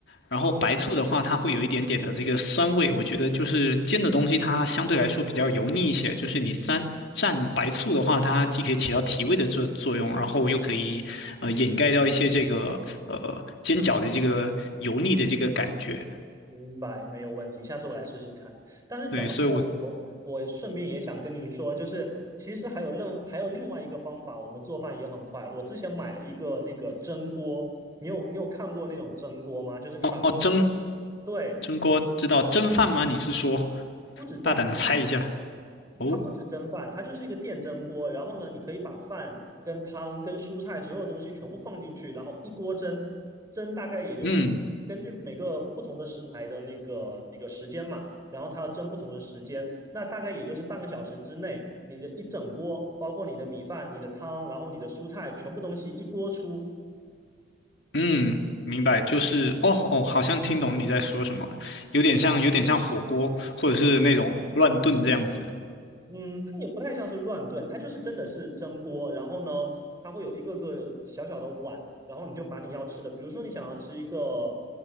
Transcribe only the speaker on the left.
然后白醋的话，它会有一点点的这个酸味。我觉得就是煎的东西，它相对来说比较油腻一些。就是你蘸蘸白醋的话，它既可以起到提味的作作用，然后又可以呃掩盖掉一些这个呃煎饺的这个油腻的这个感觉。
对，所以我
哦哦蒸
蒸锅知道蒸饭吗？你是说
大胆的猜一下哦，
嗯。
嗯，明白，就是哦哦，好像听懂你在说什么了有点像有点像火锅，或者是那种乱炖这样子。